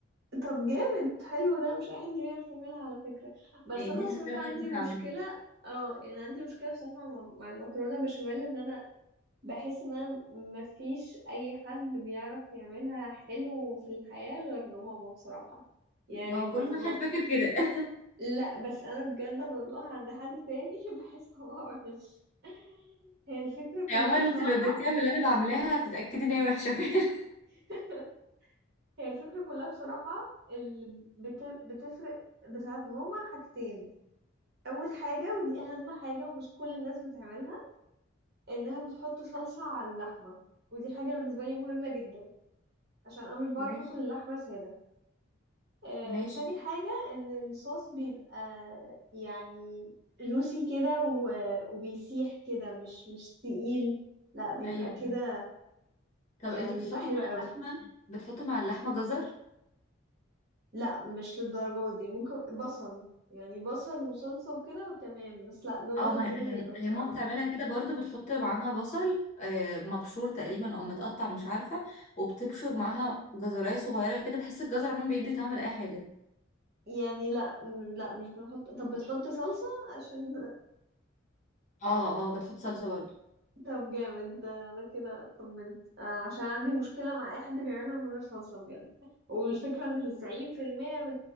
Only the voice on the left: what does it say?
يعني
دي
الحاجه الوحيده
اللي ممكن
اعملها
ما هو
كل
واحد فاكر كده <laughs>
يعني عمال
انت لو اديتيها من اللي انا بعملها هتتاكدي ان هي وحشه فعلا
<laughs> ماشي
ماشي
ايوه
طب
انتوا بتحطوا
مع
اللحمه بتحطوا مع اللحمه جزر
او ما
هي
هي ماما بتعملها كده برضو بتحط معاها بصل آه، مبشور تقريبا او متقطع مش عارفه وبتبشر معاها جزرايه صغيره كده بحس الجزر عموما بيدي طعم لاي حاجه
اه اه بتحط صلصه برضو